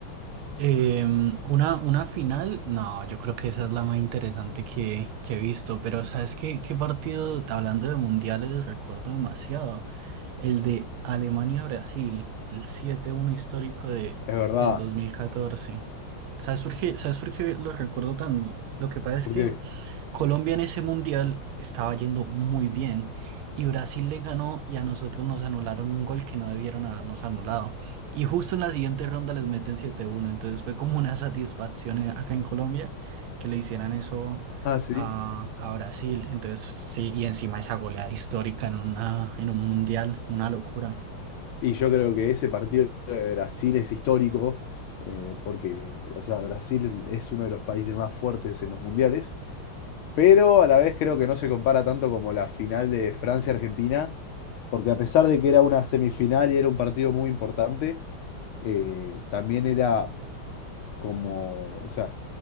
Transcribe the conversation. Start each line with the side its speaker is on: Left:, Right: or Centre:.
Right: Em, una, una final, no, yo creo que esa es la más interesante que, que he visto, pero ¿sabes qué, qué partido, hablando de mundiales, recuerdo demasiado? El de Alemania-Brasil, el siete uno histórico de,
Left: Es verdad.
Right: del dos mil catorce ¿Sabes por qué? ¿Sabes por qué lo recuerdo tanto? Lo que pasa es
Left: ¿Por
Right: que
Left: qué?
Right: Colombia en ese mundial estaba yendo muy bien y Brasil le ganó y a nosotros nos anularon un gol que no debieron habernos anulado. Y justo en la siguiente ronda les meten 7 uno Entonces fue como una satisfacción en- acá en Colombia que le hicieran eso
Left: Ah, sí.
Right: a, a Brasil. Entonces sí, y encima esa goleada histórica en, una, en un mundial, una locura.
Left: Y yo creo que ese partido de Brasil es histórico, eh, porque, o sea, Brasil es uno de los países más fuertes en los mundiales. pero a la vez creo que no se compara tanto como la final de Francia-Argentina, porque a pesar de que era una semifinal y era un partido muy importante, eh, también era como, o sea,